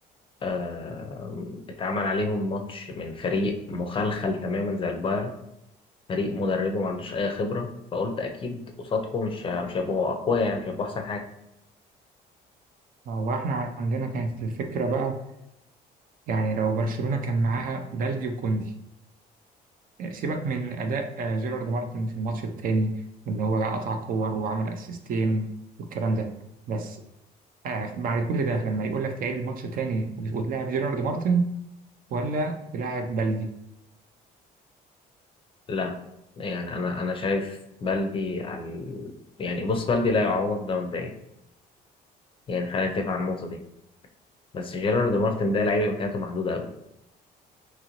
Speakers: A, on the left; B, on the right.
A: آه، اتعمل عليهم ماتش من فريق مخلخل تماما زي البايرن فريق مدربه ما عندوش أي خبرة فقلت أكيد قصادكم مش مش هيبقوا أقوياء يعني مش هيبقوا أحسن حاجة
B: هو احنا عندنا كانت الفكره بقى يعني لو برشلونه كان معاها بلدي وكوندي آه، سيبك من اداء آه، جيرارد مارتن في الماتش التاني ان هو قطع كور وعمل اسيستين والكلام ده بس آه، بعد كل ده لما يقول لك تعيد الماتش تاني وتلاعب جيرارد مارتن ولا تلاعب بلدي
A: لا يعني انا انا شايف بلدي على يعني بص بلدي لا يعوض ده مبدئيا يعني خلينا نتفق على النقطه دي بس جيرارد مارتن ده لعيب امكانياته محدوده قوي